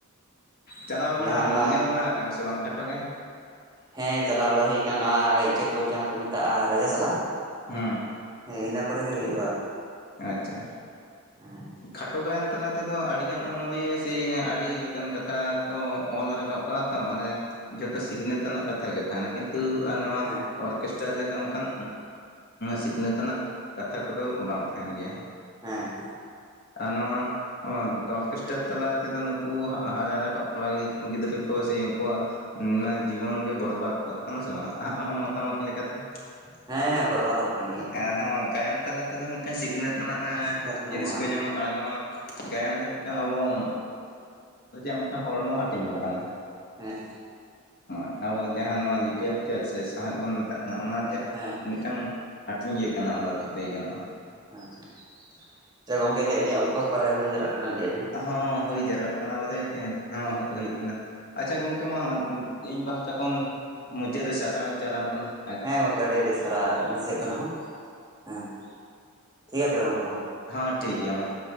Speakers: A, on the left; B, on the right.
A: ᱪᱟᱞᱟᱣ ᱵᱟᱲᱟ
B: ᱡᱟᱦᱟᱸ
A: ᱠᱟᱫ-ᱟᱢ
B: ᱚᱱᱟ
A: ᱧᱮᱞ ᱵᱟᱲᱟ ᱠᱟᱫ-ᱟᱢ ᱥᱮ ᱵᱟᱝ ᱠᱷᱟᱴᱚ ᱜᱟᱭᱟᱱ?
B: ᱦᱮᱸ ᱪᱟᱞᱟᱣ ᱵᱟᱲᱟ ᱦᱩᱭ ᱠᱟᱱᱟ ᱤᱪᱟᱹᱜ ᱠᱚ ᱡᱟᱦᱟᱸ ᱠᱚ ᱢᱮᱛᱟᱜ-ᱟ ᱨᱟᱡᱽᱥᱟᱞᱟ᱾
A: ᱦᱮᱸ
B: ᱦᱮᱸ ᱤᱱᱟᱹ ᱠᱚᱨᱮ ᱜᱮ ᱦᱩᱭᱩᱜᱼᱟ᱾
A: ᱟᱪᱪᱷᱟ᱾
B: ᱦᱮᱸ
A: ᱠᱷᱟᱴᱚ ᱜᱟᱭᱟᱱ ᱛᱟᱞᱟ ᱛᱮᱫᱚ ᱟᱹᱰᱤᱜᱟᱱ ᱚᱱᱚᱞᱤᱭᱟᱹ ᱥᱮ ᱟᱹᱰᱤ ᱞᱮᱠᱟᱱ ᱠᱟᱛᱷᱟ ᱠᱚ ᱚᱞ ᱨᱟᱠᱟᱵ ᱠᱟᱜᱼᱟ ᱛᱚ ᱢᱟᱱᱮ ᱡᱚᱛᱚ ᱥᱤᱠᱷᱱᱟᱹᱛ ᱨᱮᱱᱟᱜ ᱠᱟᱛᱷᱟ ᱜᱮ ᱛᱟᱸᱦᱮᱱᱟ ᱠᱤᱱ ᱛᱩ ᱟᱨ ᱱᱚᱣᱟ
B: ᱦᱮᱸ
A: ᱚᱨ ᱠᱮᱥᱴᱟᱨ ᱨᱮᱫᱚ ᱚᱱᱠᱟᱱ ᱥᱤᱠᱷᱱᱟᱹᱛ ᱟᱱᱟᱜ ᱠᱟᱛᱷᱟ ᱠᱚᱫᱚ ᱵᱟᱝ ᱛᱟᱦᱮᱱ ᱜᱮᱭᱟ᱾
B: ᱦᱮᱸ ᱦᱮᱸ᱾
A: ᱟᱨ ᱱᱚᱣᱟᱼᱼ ᱚᱫᱽ ᱚᱨᱜᱮᱥᱴᱟᱨ ᱛᱟᱞᱟ ᱛᱮᱫᱚ ᱱᱩᱠᱩ ᱦᱟᱜ ᱦᱟᱨᱟ ᱨᱟᱠᱟᱵ ᱠᱚᱲᱟ ᱜᱤᱫᱽ ᱜᱤᱫᱽᱨᱟᱹ ᱠᱚ ᱥᱮ ᱩᱱᱠᱩᱣᱟᱜᱼᱼ ᱩᱸᱻ ᱱᱟᱜ ᱡᱤᱵᱚᱱ ᱜᱮ ᱵᱚᱨᱵᱟᱛᱚᱜ ᱠᱟᱱᱟ ᱥᱮ ᱵᱟᱝᱟ ᱟ ᱟᱢᱟᱜ ᱢᱚᱛᱟᱢᱚᱛ ᱞᱮᱠᱟ ᱛᱮ?
B: ᱦᱮᱸ ᱦᱮᱸ ᱵᱚᱨᱵᱟᱫᱚᱜ ᱠᱟᱱᱟ ᱱᱤᱦᱟᱹᱛᱤ
A: ᱮᱱ ᱦᱚᱸ ᱜᱟᱭᱟᱱ ᱛᱟᱞᱟ ᱛᱮᱫᱚ ᱢᱤᱫᱴᱟᱝ ᱥᱤᱠᱷᱱᱟᱹᱛᱼᱼ ᱨᱮᱱᱟᱜ ᱮᱸ
B: ᱥᱤᱠᱷᱱᱟᱹᱛ ᱧᱟᱢᱚᱜᱼᱟ
A: ᱡᱤᱱᱤᱥ ᱠᱚ
B: ᱦᱮᱸ
A: ᱧᱟᱢᱚᱜ ᱟᱨ ᱱᱚᱣᱟᱼᱼ ᱜᱟᱭᱟᱱ ᱫᱚ ᱢᱤᱫᱴᱟᱝ ᱟᱵᱚᱣᱟᱜ <inaudible> ᱢᱤᱫᱴᱟᱝ ᱦᱚᱲᱢᱚ ᱦᱟᱴᱤᱧ ᱦᱚᱸ ᱠᱟᱱᱟ᱾
B: ᱦᱮᱸ ᱦᱮᱸ᱾
A: ᱦᱚᱸᱭ ᱟᱵᱚ ᱡᱟᱦᱟᱸ ᱱᱚᱣᱟ ᱞᱤᱴᱟᱨᱮᱪᱟᱨ ᱥᱮ ᱥᱟᱶᱦᱮᱫ ᱵᱚᱱ ᱢᱮᱛᱟᱜ ᱠᱟᱱᱟ ᱚᱱᱟ ᱡᱮᱼᱼ
B: ᱦᱮᱸ ᱟᱪᱪᱷᱟ
A: ᱢᱤᱫᱴᱟᱝ ᱦᱟᱴᱤᱧ ᱜᱮ ᱠᱟᱱᱟ ᱚᱱᱟ ᱫᱚ ᱦᱟᱸᱜ ᱞᱟᱹᱭ ᱜᱟᱱᱚᱜ-ᱟ᱾
B: ᱟᱪᱪᱷᱟ ᱪᱮ ᱜᱚᱝᱠᱮ ᱞᱟᱹᱭᱮᱜ-ᱟ ᱞᱤᱧ ᱚᱠᱛᱚ ᱯᱨᱟᱭ ᱦᱩᱭ ᱡᱟᱨᱟᱜ ᱠᱟᱱᱟ ‌ᱞᱟᱹᱭ ᱟᱞᱤᱧ᱾
A: ᱦᱚᱸ ᱦᱩᱭ ᱡᱟᱨᱣᱟᱜ ᱠᱟᱱᱟ ᱵᱚᱫᱷᱮᱭᱮᱜᱼᱟᱹ ᱦᱚᱸ
B: ᱦᱮᱸ
A: ᱦᱚᱜ ᱦᱩᱭᱩᱜ ᱠᱟᱱᱟ ᱟᱪᱪᱷᱟ ᱜᱚᱝᱠᱮ ᱢᱟ ᱤᱧ ᱯᱟᱦᱴᱟ ᱠᱷᱚᱱ ᱢᱩᱪᱟᱹᱫ ᱨᱮ ᱥᱟᱨᱦᱟᱣᱤᱧ ᱪᱟᱞᱟᱢ ᱠᱟᱱᱟ ᱾
B: ᱦᱮᱸ ᱜᱚᱝᱠᱮ ᱟᱹᱰᱤ ᱟᱹᱰᱤ ᱥᱟᱨᱦᱟᱣ ᱟᱹᱞᱤᱧ ᱥᱮᱫ ᱠᱷᱚᱱ ᱦᱚᱸ ᱦᱮᱸ ᱴᱷᱤᱠ ᱜᱮᱭᱟ ᱛᱚᱵᱮ ᱜᱚᱝᱠᱮ ᱢᱟ ᱦᱮᱸ ᱾
A: ᱦᱚᱸ ᱴᱷᱤᱠ ᱜᱮᱭᱟ ᱢᱟ ᱾